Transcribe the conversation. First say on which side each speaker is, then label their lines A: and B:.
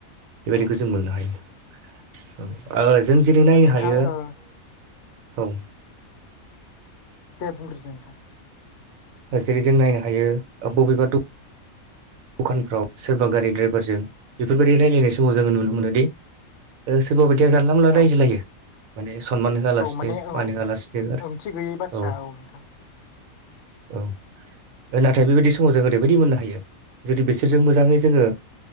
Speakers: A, on the right; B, on the left.
A: बेबायदिखौ
B: औ नोंथां
A: जों मोननो हायो। औ जों जेरै नायनो
B: औ नोंथां
A: हायो
B: ओ
A: औ
B: दे बुंग्रो नोंथां
A: जेरै जों नायनो हायो बबेबा द दखानफ्राव सोरबा गारि दड्राइभारजों बेफोरबायदि रायलायनाय समाव जोङो नुनो मोनोदि सोरबा बायदिया जानला मानला रायज्लायो
B: औ
A: माने सनमान होआलासिनो
B: औ माने औ
A: मान होआलासिनो आरो
B: ओंथि गैयै बाथ्रा
A: औ
B: नोंथां
A: औ नाथाय बेबायदि समाव जों ओरैबायदि मोननो हायो जुदि बिसोरजों मोजाङै जोङो